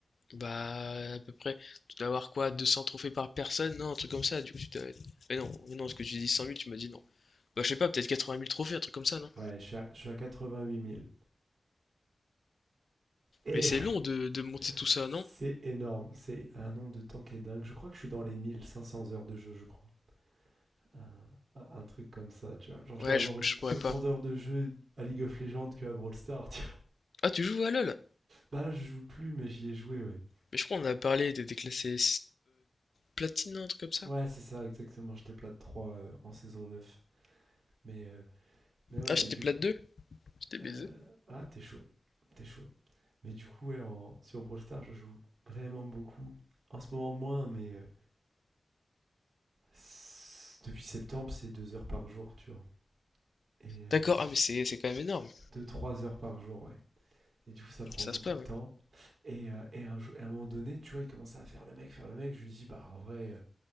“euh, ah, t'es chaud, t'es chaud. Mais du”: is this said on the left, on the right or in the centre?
Right